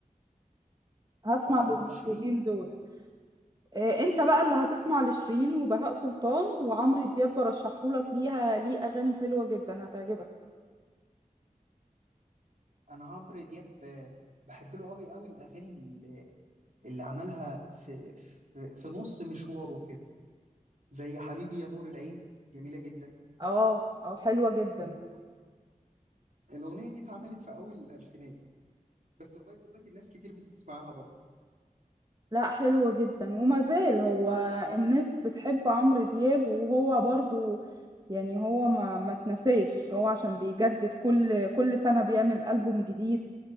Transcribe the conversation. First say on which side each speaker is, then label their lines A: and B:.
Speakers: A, on the right; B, on the right.
A: هسمع
B: اه
A: للمطربين
B: وشيرين
A: دول آه، انت بقى اللي هتسمع لشيرين وبهاء سلطان وعمرو دياب برشحهولك ليها ليه اغاني حلوة جدا هتعجبك
B: انا عمرو دياب آه، بحب له قوي قوي الاغاني اللي اللي عملها في في في نص مشواره كده زي حبيبي يا نور العين جميلة جدا
A: اه اه حلوة جدا
B: الأغنية دي اتعملت في أول الألفينات بس لغاية دلوقتي الناس كتير بتسمعها برضه
A: لا حلو جدا وما زال هو الناس بتحب عمرو دياب وهو برضو يعني هو ما ما تنساش هو عشان بيجدد كل كل سنة بيعمل ألبوم جديد